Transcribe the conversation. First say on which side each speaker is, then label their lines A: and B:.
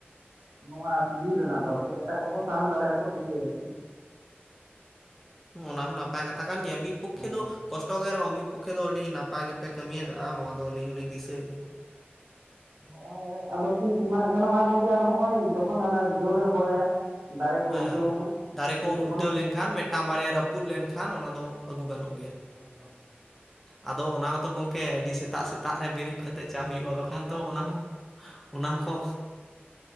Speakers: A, on the right (about 65°); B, in the centre.
A: ᱱᱚᱣᱟ ᱟᱨᱠᱤ ᱵᱤᱨ ᱨᱮᱱᱟᱜ ᱫᱚ ᱟᱨᱠᱤ ᱮᱴᱟᱜ ᱠᱚᱫᱚ ᱥᱟᱦᱟᱱ ᱫᱟᱲᱮᱭᱟᱜᱼᱟ ᱠᱚ ᱴᱷᱤᱠᱟᱹᱭ ᱟᱪᱷᱮ᱾
B: <inaudible> ᱚᱱᱟ ᱦᱚᱸ ᱱᱟᱯᱟᱭ ᱠᱟᱛᱷᱟ ᱠᱟᱱ ᱜᱮᱭᱟ ᱢᱤᱫ ᱯᱚᱠᱷᱮ
A: ᱦᱮᱸ
B: ᱫᱚ ᱠᱚᱥᱴᱚᱜ ᱜᱮ ᱨᱮᱦᱚᱸ ᱢᱤᱫ ᱯᱚᱠᱠᱷᱮ ᱫᱚ ᱟᱹᱰᱤ ᱱᱟᱯᱟᱭ ᱜᱮ ᱯᱮ ᱠᱟᱹᱢᱢᱤ ᱠᱟᱜᱼᱟ ᱱᱚᱣᱟ ᱫᱚ ᱟᱹᱞᱤᱧ ᱦᱚᱞᱤᱧ ᱫᱤᱥᱟᱹᱭᱮᱫᱼᱟ᱾
A: ᱱᱚᱸᱜᱼ ᱟᱫᱚ ᱛᱤᱥ ᱢᱟᱜ ᱜᱟᱱᱚᱜᱼᱟ ᱜᱚᱢᱠᱮ ᱟᱫᱚ ᱦᱚᱸᱜᱼᱚᱭ ᱡᱚᱠᱷᱚᱱ ᱚᱱᱟ ᱡᱳᱨᱮ ᱮ ᱦᱚᱭᱟᱭ ᱫᱟᱨᱮ ᱠᱚ
B: ᱦᱮᱸ
A: ᱩᱞᱴᱟᱹᱣᱱᱟ
B: ᱫᱟᱨᱮ
A: ᱥᱮ
B: ᱠᱚ
A: ᱛᱚᱠᱷᱚᱱ
B: ᱩᱞᱴᱟᱹᱣ ᱞᱮᱱᱠᱷᱟᱱ ᱢᱤᱫᱴᱟᱝ ᱵᱟᱨᱭᱟ ᱨᱟᱹᱯᱩᱫ ᱞᱮᱱᱠᱷᱟᱱ ᱚᱱᱟ ᱫᱚ ᱟᱹᱜᱩ ᱜᱟᱱᱚᱜ ᱜᱮᱭᱟ᱾
A: <inaudible>
B: ᱟᱫᱚ ᱚᱱᱟ ᱦᱚᱸᱛᱚ ᱜᱚᱝᱠᱮ ᱟᱹᱰᱤ ᱥᱮᱛᱟᱜ ᱥᱮᱛᱟᱜ ᱨᱮ ᱵᱮᱨᱮᱫ ᱠᱟᱛᱮᱫ, ᱪᱟᱜ ᱦᱩᱭᱩᱜᱼᱟ ᱵᱟᱠᱷᱟᱱ
A: ᱥᱮᱛᱟᱜ
B: ᱛᱚ
A: ᱢᱟᱱᱮ
B: ᱚᱱᱟ ᱦᱚᱸ ᱚᱱᱟ ᱦᱚᱸᱠᱚ